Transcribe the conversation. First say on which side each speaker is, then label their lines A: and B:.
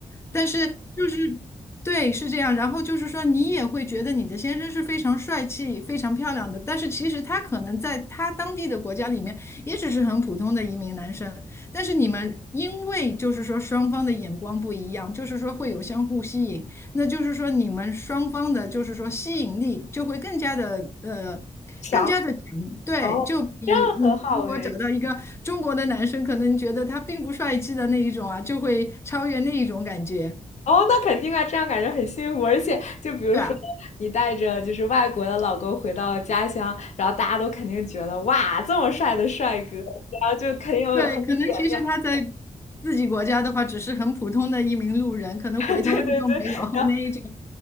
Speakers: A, on the left; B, on the left.
A: 但是就是对，是这样。然后就是说，你也会觉得你的先生是非常帅气、非常漂亮的，但是其实他可能在他当地的国家里面也只是很普通的一名男生。但是你们因为就是说双方的眼光不一样，就是说会有相互吸引，那就是说你们双方的，就是说吸引力就会更加的呃，
B: 强
A: 更加的强。对，
B: 哦，
A: 就比你如果找到一个中国的男生，
B: 这样很好哎。
A: 可能觉得他并不帅气的那一种啊，就会超越那一种感觉，
B: 哦，那肯定啊，这样感觉很幸福。而且，就比如说你带着就是外国的老公回到家乡，
A: 对吧？
B: 然后大家都肯定觉得哇，这么帅的帅哥，然后就肯定有很有脸面。
A: 对，可能其实他在自己国家的话，只是很普通的一名路人，可能回头率都没有
B: <laughs> 对对对，
A: <laughs>
B: 然后
A: 那一种。